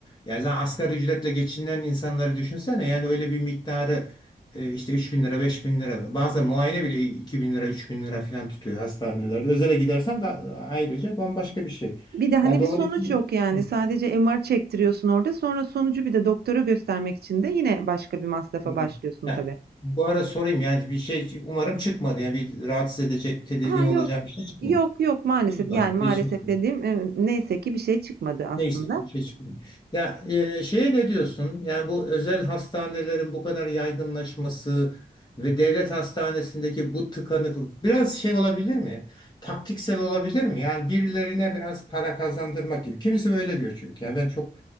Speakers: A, on the left (about 25°); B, on the right (about 75°).
A: yani zaten asgari ücretle geçinen insanları düşünsene. Yani öyle bir miktarı e, işte 3 bin lira 5 bin lira bazen muayene bile 2 bin lira 3 bin lira falan tutuyor hastanelerde. Özele gidersen de ayrıca bambaşka bir şey.
B: Bir de hani
A: Yani dolayısıyla
B: bir sonuç yok yani.
A: Hı,
B: Sadece MR çektiriyorsun orada. Sonra sonucu bir de doktora göstermek için de yine başka bir masrafa
A: hı.
B: başlıyorsun
A: Yani
B: tabii.
A: bu ara sorayım yani bir şey umarım çıkmadı. Yani bir rahatsız edecek tedirgin
B: Ha
A: olacağım
B: yok.
A: bir şey çıkmadı.
B: Yok yok maalesef.
A: İyi bari
B: Yani
A: geçmiş.
B: maalesef dediğim e, neyse ki bir şey çıkmadı aslında.
A: Neyse ki işe çıkmıyor. Ya e, şeye ne diyorsun? Yani bu özel hastanelerin bu kadar yaygınlaşması ve devlet hastanesindeki bu tıkanıklık biraz şey olabilir mi? Taktiksel olabilir mi? Yani birilerine biraz para kazandırmak gibi. Kimisi böyle diyor çünkü. Yani ben çok